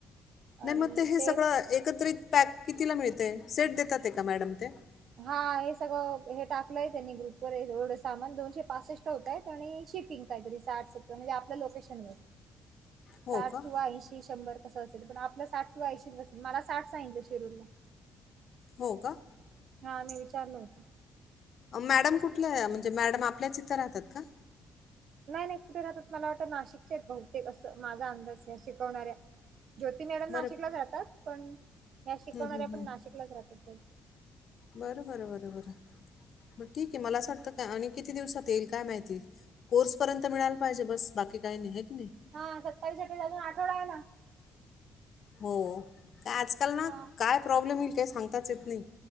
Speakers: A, on the left; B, on the right.
A: नाही
B: आणि
A: मग ते हे
B: टेप
A: सगळं एकत्रित पॅक कितीला मिळतय सेट देतात ते का मॅडम ते?
B: हां हे सगळं हे टाकलंय त्यांनी ग्रुप वर एवढं सामान दोनशे पासष्ट होतायत आणि शिपिंग काहीतरी साठ सत्त म्हणजे आपल्या लोकेशन वर.
A: हो
B: साठ
A: का?
B: किंवा ऐंशी शंभर कसं असेल पण आपलं साठ किंवा ऐंशीच बस मला साठ सांगितलं शिरूरला.
A: हो का?
B: हा मी विचारलं होत.
A: मॅडम कुठल्या आहे म्हणजे मॅडम आपल्याच इथं राहतात का?
B: नाही नाही कुठे राहतात मला वाटतं नाशिकच्याऐत बहुतेक असं माझा अंदाज शिकवणाऱ्या. ज्योती मॅडम नाशिकलाच
A: बरं.
B: राहतात. पण ह्या शिकवणाऱ्या
A: हं, हं,
B: पण
A: हं.
B: नाशिकलाच राहतात.
A: बरं बरं बरं बरं म ठिक आहे मला असं वाटतं का आणि किती दिवसात येईल काय माहिती. कोर्स पर्यंत मिळाल पाहिजे बस बाकी काही नाही हाय की नई.
B: हां सत्तावीस आठ अजून आठवडा आहे ना.
A: हो काय आजकाल ना
B: हा
A: काय प्रॉब्लेम येईल काही सांगताच येत नाही.